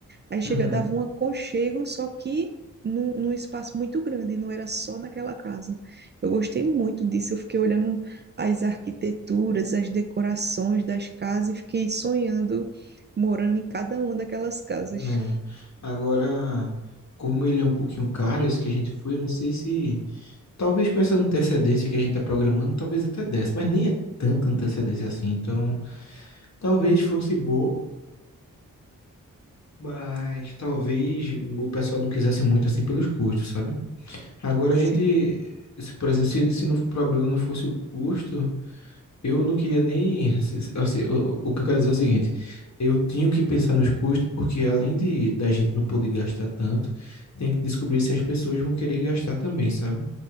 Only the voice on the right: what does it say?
Aí chega,
dava um aconchego, só que num, num espaço muito grande, não era só naquela casa. Eu gostei muito disso, eu fiquei olhando as arquiteturas, as decorações das casas e fiquei sonhando morando em cada uma daquelas casas.
Sim,